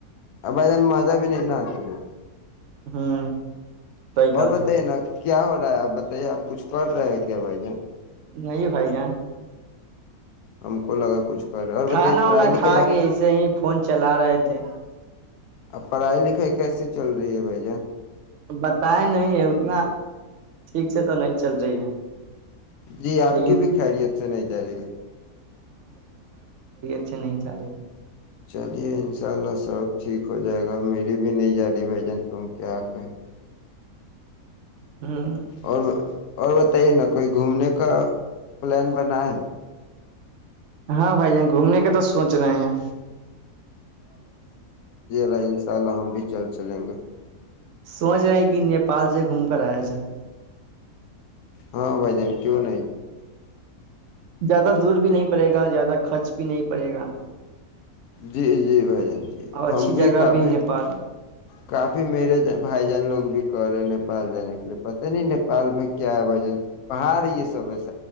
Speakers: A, on the left; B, on the right.
A: ابھائی جان مزہ بھی نہیںنا آتی
B: ہ صحیح
A: اور
B: کہ رہے
A: بتائیے
B: ہیں
A: نا کیا ہو رہا ہے آپ بتائیے آپ کچھ کر رہے ہو کیا بھائی جان
B: نہیں بھائی جان
A: ہم کو لگا کچھ اور بتائیے
B: کھانا
A: پڑھائی
B: وانا
A: لکھ
B: کھا کے ایسے ہی فون چلا رہے تھے
A: ا پڑھائی لکھائی کیس چل رہی ہے ر جا
B: بتیں نہیں ہے اتنا ٹھیک سے تو نہیں چل رہی ہے
A: جی آپ
B: لیکن
A: کی بھی خیریت سے نہیں جا رہی ہے
B: ا سے نہیں جا رہے ہیں
A: چلیے انشاء اللہ سب ٹھیک ہو جائے گا میری بھی نہیں جا رہی بھائی جان تم کیا کہے
B: ہے ہ
A: اور اور بتائیے نا کوئی گھومنے کا پلان بنا ہے
B: ہاں بھائی جان گھومنے کے تو سوچ رہے ہیں
A: رہا ان شاء اللہ ہم بھی چل چلیں گے
B: سوچ رہے ہیں کہ نیپال سے گھوم کر آیا جائے
A: ہاں بھ ج کی بول
B: زیادہ دور بھی نہیں پڑے گا زیادہ خرچ بھی نہیں پڑے گا
A: جی جی بھائی جن جی
B: اور اچھی
A: ہم
B: جگہ
A: بھی کافی
B: ہے نیپال
A: کافی میرے بھائی جان لوگ بھی کہ رہے ہیں نیپال جانے کے لیے پتہ نہیں نپال میں کیا ہے بجن پہاڑ یہ سب ایسا